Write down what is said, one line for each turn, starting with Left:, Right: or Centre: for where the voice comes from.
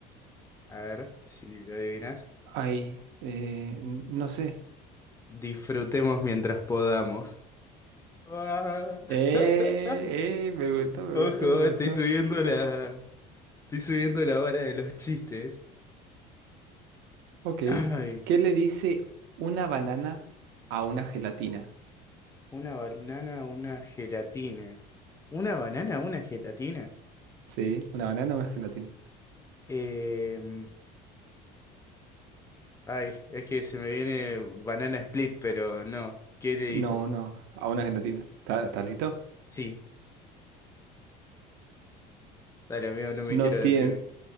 Left: A ver, si lo adivinas.
Right: Ay, eh, no sé.
Left: Disfrutemos mientras podamos. Ah.
Right: Eh,
Left: <laughs>
Right: eh, me gusta, me
Left: Ojo,
Right: gusta, me
Left: estoy
Right: gusta.
Left: subiendo la, estoy subiendo la vara de los chistes.
Right: Ok.
Left: Ay,
Right: ¿Qué le dice una banana a una gelatina?
Left: una banana, una gelatina. ¿Una banana, una gelatina?
Right: Sí, una banana a una gelatina.
Left: Em, ay, es que se me viene banana split, pero no. ¿Qué le dice?
Right: No, no, a una gelatina. ¿Está- ¿Estás listo?
Left: Sí. Dale, amigo, no me quiero
Right: No
Left: deprimir.
Right: tiem-